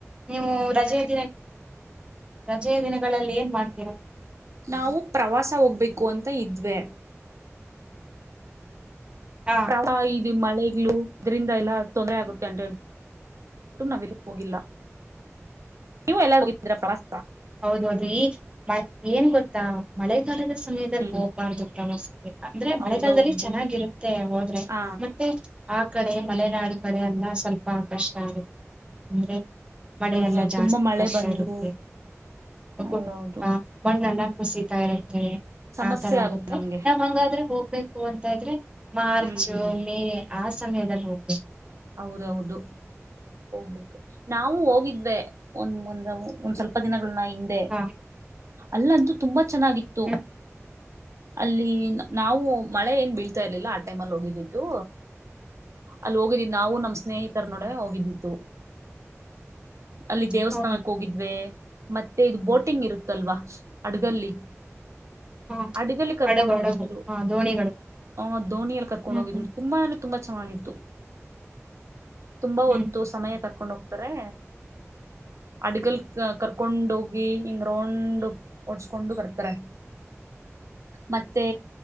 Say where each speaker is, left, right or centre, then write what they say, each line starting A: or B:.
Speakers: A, on the right; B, on the right.
A: ನೀವು ರಜೆಯ ದಿನ ರಜೆಯ ದಿನಗಳಲ್ಲಿ ಏನ್ ಮಾಡ್ತೀರಾ.
B: ನಾವು ಪ್ರವಾಸ ಹೋಗ್ಬೇಕು ಅಂತ ಇದ್ವೆ.
A: ಹಾ
B: ಪ್ರ ಇದು ಮಳೆಗ್ಗಳು ಇದ್ರಿಂದ ಎಲ್ಲಾ ತೊಂದರೆ ಆಗು ಡ ನಾವ ಎಲ್ಲೂ ಹೋಗಿಲ್ಲ ನೀವು <unintelligible> ಎಲ್ಲ ಪ್ರವಾಸ.
A: ಹೌದರಿ ಮ ಏನ್ ಗೊತ್ತಾ ಮಳೆಗಾಲದ ಸಮಯದಲ್ಲಿ
B: ಹ್ಮ್
A: ಹೋಗ್ಬಾರ್ದು ಪ್ರವಾಸ. ಅಂದ್ರೆ ಮಳೆಗಾಲದಲ್ಲಿ
B: ಹೌದೌದು
A: ಚೆನ್ನಾಗಿರುತ್ತೆ ಹೋದ್ರೆ
B: ಹ
A: ಮತ್ತೆ ಆ ಕಡೆ ಮಲೆನಾಡು ಕಡೆ ಎಲ್ಲ ಸ್ವಲ್ಪ ಕಷ್ಟ ಆಗ ಅಂದ್ರೆ ಮಳೆಲ್ಲಾ
B: ಹೌದೌದು
A: ಜಾಸ್ತಿ
B: ತುಂಬಾ ಮಳೆ
A: ವರ್ಷ
B: ಬಂದು
A: ಇರತ್ತೆ. <unintelligible>
B: ಹೌದೌದು
A: ಮಣ್ಣೆಲ್ಲ ಕುಸಿತಾ ಇರತ್ತೆ.
B: ಸಮಸ್ಯೆ
A: ಆತರ
B: ಆಗುತ್ತೆ
A: ಆಗತ್ತೆ
B: ನಮ್ಗೆ
A: ನಾವ್ ಹಂಗಾದ್ರೆ ಹೋಗ್ಬೇಕು ಅಂತ ಆದ್ರೆ ಮಾರ್ಚ್
B: ಹ್ಮ್
A: ಮೇ ಆ ಸಮಯದಲ್ಲಿ ಹೋಗ್ಬೇಕ.
B: ಹೌದ ಹೌದು. ಹೋಗ್ಬೇಕು ನಾವು ಹೋಗಿದ್ವೆ ಒಂದ್ ಒಂದ ಒಂದ್ ಸ್ವಲ್ಪ ದಿನ ಹಿಂದೆ
A: ಹಾ
B: ಅಲ್ಲಂತೂ ತುಂಬಾ ಚೆನ್ನಾಗಿತ್ತು.
A: ಹ್ಮ್
B: ಅಲ್ಲಿ ನಾವು ಮಳೆ ಏನ್ ಬೀಳ್ತಾ ಇರ್ಲಿಲ್ಲ ಆ ಟೈಮಲ್ಲಿ ಹೋಗಿದಿದ್ದು. ಅಲ್ಲಿ ಹೋಗಿದ್ದೀದ ನಾವು ನಮ್ಮ ಸ್ನೇಹಿತರ ನೊಡ ಹೋಗಿದ್ದಿದ್ದು. ಅಲ್ಲಿ ದೇವಸ್ಥಾನಕ್ಕ
A: ಹಾ ಹ
B: ಹೋಗಿದ್ವೆ ಮತ್ತೆ ಇದ ಬೋಟಿಂಗ್ ಇರುತ್ತಲ್ವಾ ಅಡ್ಗಲ್ಲಿ
A: ಹ
B: ಅಡಗಲ್ಲಿ ಕರ್ಕೊಂಡ
A: ಹಡಗು
B: ಹೋಗಿದ್ರು.
A: ಹಡಗು ಹ ದೋಣಿಗಳು
B: ಆ ಧೋನಿಯಲ್ಲಿ ಕರ್ಕೊಂಡು
A: ಹ್ಮ್
B: ಹೋಗಿದ್ರು
A: ಹ್ಮ್
B: ತುಂಬಾ ಅಂದ್ರೆ ತುಂಬಾ ಚೆನ್ನಾಗಿತ್ತು. ತುಂಬಾ ಹೊತ್ತು
A: ಹ್ಮ್
B: ಸಮಯ ಕರ್ಕೊಂಡ ಹೋಗ್ತಾರೆ. ಅಡ್ಗಲ್ ಕರ್ಕೊಂಡ ಹೋಗ ಎ ಹಿಂಗ ರೌಂಡ್ ಓಡ್ಸ್ಕೊಂಡು ಬರ್ತಾರೆ ಮತ್ತೆ